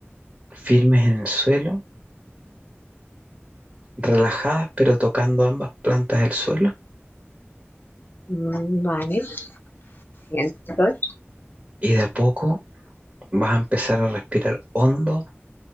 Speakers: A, on the right; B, on the left.
A: firmes en el suelo, relajadas pero tocando ambas plantas del suelo.
B: Mm, Vale, bien, estoy.
A: Y de a poco vas a empezar a respirar hondo